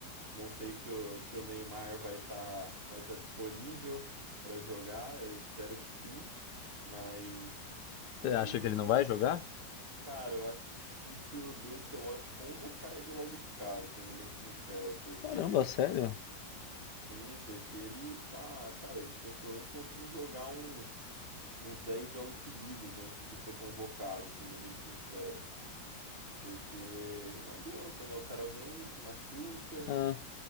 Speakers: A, on the right; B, on the left.
A: não sei se o, se o Neymar vai estar vai tá disponível para jogar, eu espero que sim, mas
B: Você
A: ele,
B: acha que ele não vai jogar?
A: cara, eu acho difícil do Ancelotti convocar ele logo de cara, sendo bem sincero, porque
B: Caramba, sério?
A: Sim, porque ele tá, cara, ele tinha que pelo menos conseguir jogar uns uns 10 jogos seguidos antes de ser convocado, sendo bem sincero. Porque não adianta, né? O cara vem, se machuca,
B: Ah,